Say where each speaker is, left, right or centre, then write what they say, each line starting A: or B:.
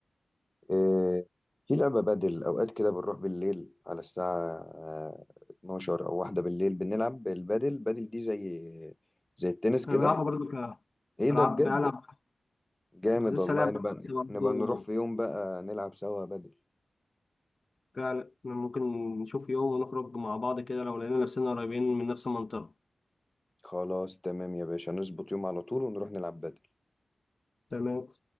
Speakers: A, on the left; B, on the left.
A: إيه في لعبة بدل اوقات كده بنروح بالليل على الساعة آه، 12 او واحدة بالليل بنلعب البدل بدل دي زي زي التنس كده
B: انا بلعبها برضه ك-
A: ايه
B: بلعب
A: ده بجد
B: بلعب
A: جامد
B: عايزين سلام
A: والله نبقى
B: برضه
A: نبقى نروح في يوم بقى نلعب سوا بدل
B: فعلا ممكن نشوف يوم ونخرج مع بعض كده لو لقينا نفسنا قريبين من نفس المنطقة
A: خلاص تمام يا باشا نظبط يوم على طول ونروح نلعب بدل
B: تمام